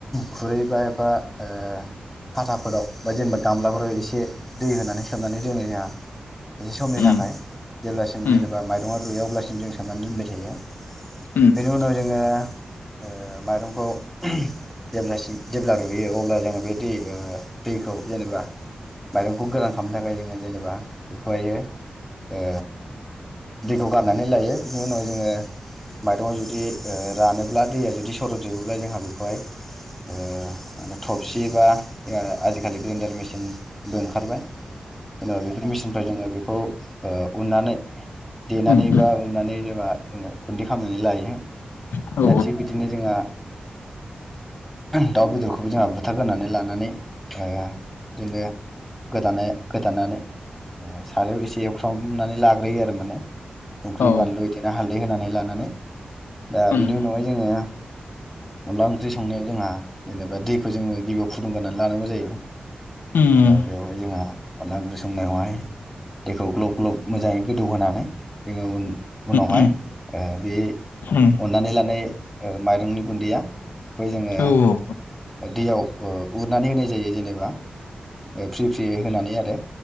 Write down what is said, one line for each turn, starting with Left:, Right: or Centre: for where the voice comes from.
Centre: खुरै बा एफा ओ हाथाफोराव बा जेनेबा गामलाफोराव एसे दै होनानै सोमनानै दोनो जोंहा। एसे समनि थाखाय
Left: औ उम
Centre: जेब्लासिम
Left: उम
Centre: जेनेबा माइरङा रुया अब्लासिम जों साननानै दोनबाय थायो।
Left: औ
Centre: बेनि उनाव जोङो ओ माइरंखौ जेब्लासिम जेब्ला रुयो अब्ला जोङो बे दै दैखौ जेनेबा माइरंखौ गोरान खालामनो थाखाय जोङो जेनेबा बेखौहायो ओ दैखौ गारनानै लायो। बिनि उनाव जोङो माइरङा जुदि रानोब्ला दैया जुदि सरदजोबोब्ला जोंहा बेखौहाय ओ माने थबसि बा आजिखालि ग्रिन्दार मिसिन बो ओंखारबाय जेनेबा बेफोर मेसिननिफ्रा जोङो बेखौ उननानै देनानै
Left: उम
Centre: बा उननानै जेबा जोङो गुन्दै खालामनानै लायो।
Left: औ
Centre: दा थिग बिदिनो जोंहा दाउ बेदरखौबो जोंहा बुथारगोनानै लानानै ओ बिदिनो गोदानो गोदानानै ओ सारायाव एसे एवख्रावनानै लाग्रोयो आरो माने संख्रि
Left: औ
Centre: बानलु बिदिनो हालदै होनानै ला मोननानै दा
Left: उम
Centre: बेनि उनावहाय जोङो अनला ओंख्रि संनायाव जोंहा जेनेबा दैखौ जोङो गिबियाव फुदुंगोनानै लानांगौ जायो।
Left: उम
Centre: जेनेबा बेवहाय जोंहा अनला ओंख्रि संनायावहाय दैेखौ ग्लब ग्लब मोजाङै गोदौहोनानै जोङो उन-उनावहाय
Left: उम
Centre: ओ बे
Left: उम
Centre: अननानै लानाय ओ माइरंनि गुन्दैया बेखौ जोङो
Left: औ औ
Centre: दैयाव ओ उरनानै होनाय जायो जेनेबा ओ फ्रि फ्रियै होनानै आरो